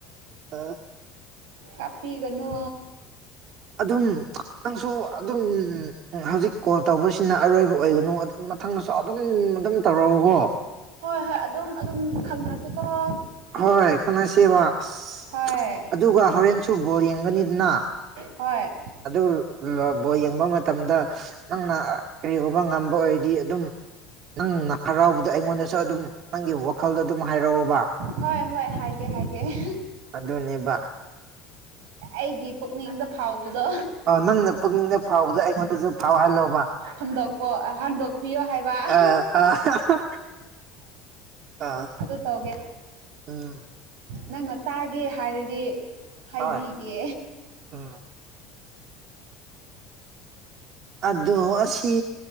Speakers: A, on the right (about 55°); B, on the right (about 80°).
A: ꯑ
B: ꯀꯥꯞꯄꯤꯒꯅꯣ
A: ꯑꯗꯨꯝ ꯅꯪꯁꯨ ꯑꯗꯨꯝ ꯍꯧꯖꯤꯛ ꯀꯣꯜ ꯇꯧꯕꯁꯤꯅ ꯑꯔꯣꯢꯕ ꯑꯣꯢꯒꯅꯨ ꯑꯗꯨꯝ ꯃꯊꯪꯗꯁꯨ ꯑꯗꯨꯝ ꯑꯗꯨꯝ ꯇꯧꯔꯛꯎꯀꯣ
B: ꯍꯣꯢ ꯍꯣꯢ ꯑꯗꯨꯝ ꯑꯗꯨꯝ ꯈꯪꯅꯁꯦꯀꯣ
A: ꯍꯣꯢ ꯈꯪꯅꯁꯦꯕ ꯑꯁ
B: ꯍꯣꯏ
A: ꯑꯗꯨꯒ ꯍꯣꯔꯦꯟꯁꯨ ꯕꯣꯜ ꯌꯦꯡꯒꯅꯤꯗꯅ
B: ꯍꯣꯢ
A: ꯑꯗꯨ <unintelligible> ꯕꯣꯜ ꯌꯦꯡꯕ ꯃꯇꯝꯗ ꯅꯪꯅ ꯀꯔꯤꯒꯨꯝꯕ ꯉꯝꯕ ꯑꯣꯢꯗꯤ ꯑꯗꯨꯝ ꯅꯪꯅ ꯍꯔꯥꯎꯕꯗ ꯑꯩꯉꯣꯟꯗꯁꯨ ꯑꯗꯨꯝ ꯅꯪꯒꯤ ꯋꯥꯈꯜꯗ ꯑꯗꯨꯝ ꯍꯥꯢꯔꯑꯣꯕ
B: ꯍꯣꯢ ꯍꯣꯢ ꯍꯥꯢꯒꯦ ꯍꯥꯢꯒꯦ ꯑꯦ
A: ꯑꯗꯨꯅꯦꯕ
B: ꯑꯩꯒꯤ ꯄꯨꯛꯅꯤꯡꯗ ꯐꯥꯎꯕꯗꯣ
A: ꯑ ꯅꯪꯅ ꯄꯨꯛꯅꯤꯡꯗ ꯐꯥꯎꯕꯗꯣ ꯑꯩꯉꯣꯟꯗꯁꯨ ꯐꯥꯎꯍꯜꯂꯣꯕ
B: ꯍꯟꯗꯣꯛꯄꯣ ꯍꯟꯗꯣꯛꯄꯤꯌꯣ ꯍꯥꯏꯕ
A: <unintelligible> ꯑ ꯑ ꯍ ꯍ ꯑꯥ
B: ꯗꯨ ꯇꯧꯒꯦ
A: ꯎꯝ
B: ꯅꯪꯅ ꯇꯥꯒꯦ ꯍꯥꯢꯔꯗꯤ ꯍꯥꯢꯕꯤꯒꯦ
A: ꯍꯣꯏ ꯎꯝ ꯑꯗꯨ ꯑꯁꯤ